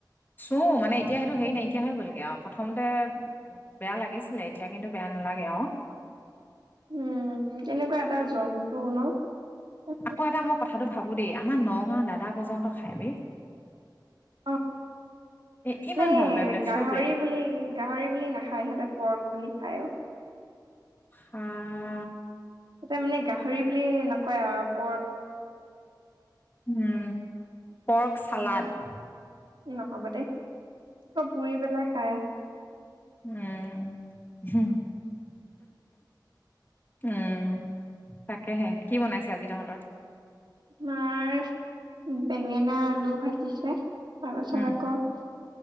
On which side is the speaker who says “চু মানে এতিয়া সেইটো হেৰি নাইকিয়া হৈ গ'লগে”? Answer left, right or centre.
Left